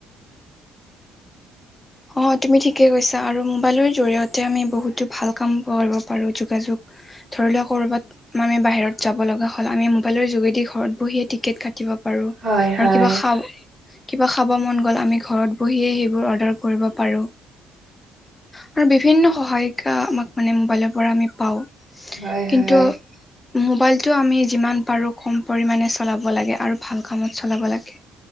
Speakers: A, on the left (about 20°); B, on the right (about 35°).
A: অঁহ', তুমি ঠিকেই কৈছা, আৰু মোবাইলৰ জৰিয়তে আমি বহুতো ভাল কাম কৰিব পাৰোঁ যোগা-যোগ। ধৰি লোৱা কৰ'বাত আমি বাহিৰত যাব লগা হ'ল আমি মোবাইলৰ যোগেদি ঘৰত বহিয়ে টিকেট কাটি শিকিব পাৰো।
B: হয় হয়
A: আৰু কিবা খাব, কিবা খাব মন গ'ল ঘৰত বহিয়ে সেইবোৰ অৰ্ডাৰ- কৰিব পাৰো। আৰু বিভিন্ন সহায়িকা আমাক মানে মোবাইলৰ পৰা আমি পাওঁ।
B: হয় হয়
A: কিন্তু- মোবাইলটো আমি যিমান পাৰো কম পৰিমমানে চলাব লাগে আৰু ভাল কামত চলাব লাগে।